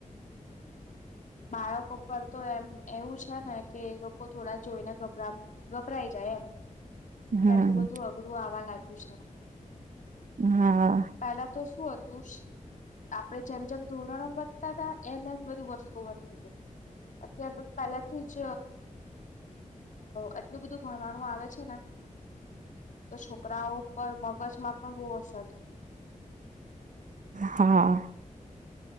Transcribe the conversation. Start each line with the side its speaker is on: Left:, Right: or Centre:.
Left: બાળકો પર તો એમ એવું છે ને કે એ લોકો થોડા જોઈને ગભરા ગભરાઈ જાય એમ
Right: હમ
Left: કે આટલું બધું અઘરું આવા લાગે. અછા.
Right: હા
Left: પહેલા તો શુંત તું આપડે જેમ જેમ ધોરણો વધતા હતા એમ એમ બધું વસ્તુઓ વધતા અત્યારે તો પહેલાથી જ આટલું બધું ભણવાનું આવે છે ને તો છોકરાઓ પર મગજમાં પણ બહ
Right: હા.